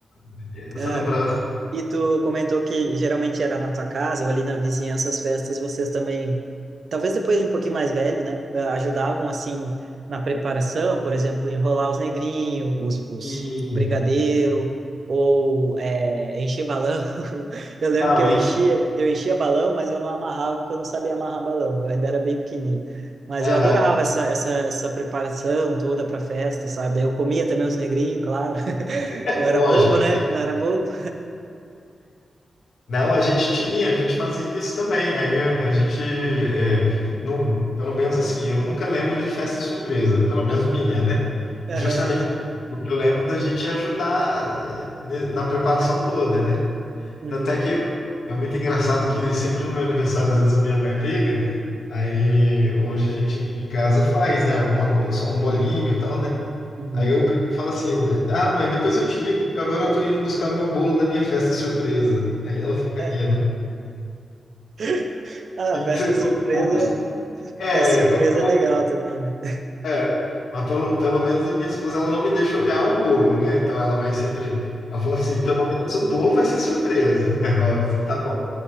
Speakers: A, on the left; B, on the right.
A: tenho
B: cara.
A: essa lembrança.
B: E tu comentou que geralmente era na tua casa ou ali na vizinhança as festas, vocês também, talvez depois de um pouquinho mais velhos, né, eh, ajudavam assim na preparação, por exemplo, enrolar os negrinhos, os, os
A: E,
B: brigadeiro ou eh, encher balão. <laughs> Eu lembro
A: não,
B: que eu
A: e,
B: enchia, eu enchia balão, mas eu não amarrava porque eu não sabia amarrar balão. Eu ainda era bem pequenininho. Mas
A: aham,
B: eu adorava essa, essa, essa preparação toda para festa, sabe? Daí Eu comia também os negrinhos, claro. <laughs>
A: é
B: Não
A: lógico,
B: era bobo, né?
A: né?
B: Não era bobo.
A: Não, a gente tinha, a gente fazia isso também. Aí a, a gente, é, não, pelo menos assim, eu nunca lembro de festa surpresa, pelo menos minha, né?
B: <laughs>
A: Justamente o que eu lembro da gente ajudar, é, ne- na preparação toda, né?
B: Uhum,
A: Até que eu- é muito engraçado que sempre no meu aniversário, às vezes a minha mãe liga, aí hoje a gente aqui em casa faz, né? Alguma coisa, só um bolinho e tal, né?
B: uhum.
A: Aí eu brinco e falo assim: Ah, mãe, depois eu te ligo, porque agora eu tô indo buscar o meu bolo da minha festa surpresa. Aí ela fica
B: É.
A: rindo.
B: <laughs> Ah,
A: E
B: festa
A: você, como
B: surpresa,
A: que eu vou bus- É,
B: festa surpresa
A: como que eu vou.
B: é legal também, né?
A: É, mas pelo, pelo menos a minha esposa ela não me deixa olhar o bolo, né? Então ela vai sempre. Ela fala assim: pelo menos o bolo vai ser surpresa. <laughs> Eu falo assim: tá bom.